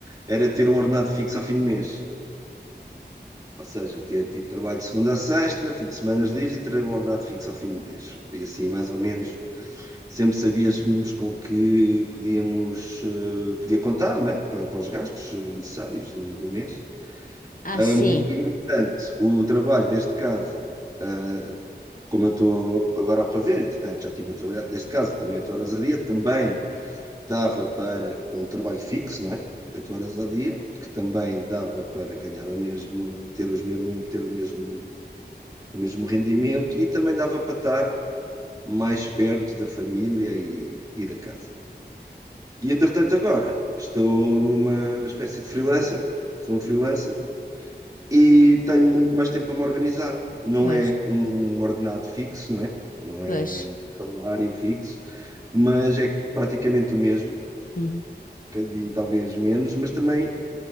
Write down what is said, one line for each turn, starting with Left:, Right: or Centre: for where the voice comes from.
Right: era ter um ordenado fixo ao fim do mês. Ou seja, ter tipo trabalho de segunda a sexta, fim de semanas livres e ter um ordenado fixo ao fim do mês. E assim, mais ou menos, sempre sabíamos com o que podíamos, eh, podia contar, não é? Para, para os gastos eh, necessários do, do mês.
Left: Ah,
Right: Ahm,
Left: sim.
Right: e, no entanto, o trabalho deste casa, ah, como eu estou agora a fazer, entretanto, já estive a trabalhar deste casa também 8 horas a dia, também dava para um trabalho fixo, não é? oito horas ao dia, que também dava para ganhar o mesmo, ter os mesmo, ter o mesmo o mesmo rendimento e também dava para estar mais perto da família e, e da casa. E entretanto agora estou numa espécie de freelancer, sou um freelancer e tenho muito mais tempo a me organizar. Não
Left: Pois,
Right: é um, um ordenado fixo, não é? Não
Left: pois.
Right: é um salário fixo, mas é praticamente o mesmo, um
Left: Uhum.
Right: bocadinho talvez menos, mas também